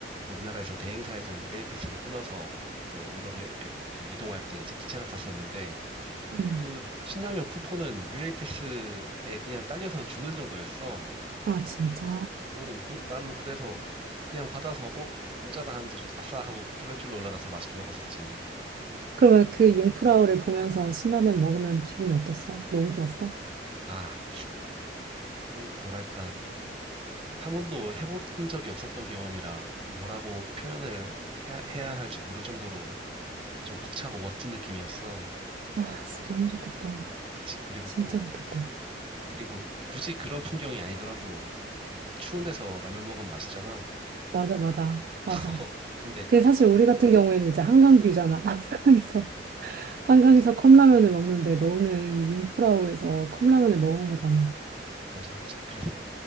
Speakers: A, on the right; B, on the right.
A: 우리나라에서 대행사에서 유레일 패스를 끊어서 그 유럽 여, 여- 그 이동할 때 이제 기차를 탔었는데
B: 응
A: 그 신라면 쿠폰은 유레일 패스에 그냥 딸려서 주는 정도였어.
B: 아 진짜?
A: 어, 그, 나는 그래서 그냥 받아서 어, 공짜다 하면서 아싸 하고 쫄래쫄래 올라가서 맛있게 먹었었지.
B: 그러면 그 융프라우를 보면서 신라면 먹으면 기분이 어땠어? 너무 좋았어?
A: 아, 이 뭐랄까 한 번도 해본 적이 없었던 경험이라 뭐라고 표현을 해야, 해야 할지 모를 정도로 좀 벅차고 멋진 느낌이었어.
B: 아, 진짜 너무 좋겠다.
A: 그치. 그리고
B: 진짜
A: 또,
B: 좋겠다.
A: 그리고 굳이 그런 풍경이 아니더라도 추운 데서 라면 먹으면 맛있잖아.
B: 맞아, 맞아, 맞아.
A: <laughs> 근데,
B: 근데 사실 우리 같은 경우에는 이제 한강 뷰잖아. <laughs> 한강에서 한강에서 컵라면을 먹는데 너는 융프라우에서 컵라면을 먹은 거잖아.
A: 맞아, 맞아. 그래서,